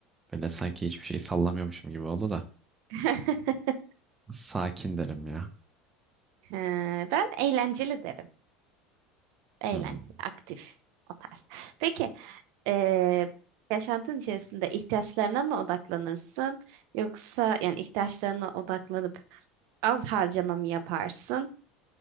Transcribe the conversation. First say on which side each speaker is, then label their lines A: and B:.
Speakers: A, on the right; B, on the right.
A: Böyle sanki hiçbir şeyi sallamıyormuşum gibi oldu da.
B: <laughs>
A: Sakin derim ya.
B: He, Ben eğlenceli derim. Eğlenceli,
A: Hmm.
B: aktif o tarz. Peki eee, yaşantın içerisinde ihtiyaçlarına mı odaklanırsın? Yoksa yani ihtiyaçlarına odaklanıp az harcama mı yaparsın?